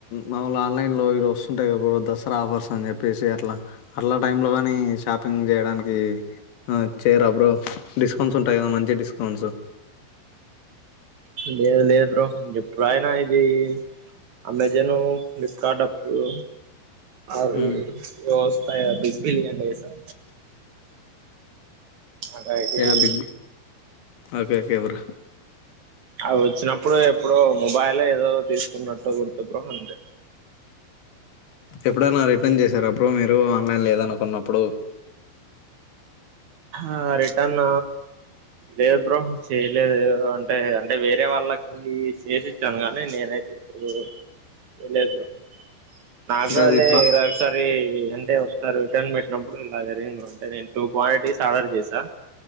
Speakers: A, on the left; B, on the right.
A: మామూలు ఆన్లైన్ లో ఇవస్తుంటాయి గా బ్రో దసరా ఆఫర్స్ అని చెప్పేసి అట్లా అట్లా టైమ్ లో గాని షాపింగ్ చేయడానికి ఆ చేయరా బ్రో డిస్కౌంట్స్ ఉంటాయి కదా మంచి డిస్కౌంట్స్
B: లేదు లే బ్రో ఎప్పుడయినా ఇది అమెజాను ఫ్లిప్కార్ట్ అప్పుడు అవి
A: మ్మ్
B: ఏ వస్తాయా బిగ్ బిలియన్ డేసా అదైడియా
A: యా
B: లేదు
A: big B okay okay bro
B: అవొచ్చినప్పుడు ఎప్పుడో మొబైల్ ఏదో తీసుకున్నట్టు గుర్తు బ్రో అంతే
A: ఎప్పుడైనా రిటర్న్ చేశార బ్రో మీరు ఆన్లైన్ లో ఏదన్న కొన్నప్పుడు
B: ఆ రిటర్న్ లేదు బ్రో చేయలేదు అంటే అంటే వేరే వాళ్ళకి ఇది చేసిచ్చాను గానీ నేనైతే ఇప్పుడు చేయలేదు బ్రో నాగోలి
A: అంటే అది ప్ర
B: ఇర ఒకసారి అంటే ఒకసారి రిటర్న్ పెట్టినప్పుడు ఇలా జరిగింది బ్రో అంటే నేను టూ క్వాంటిటీస్ ఆర్డర్ చేసా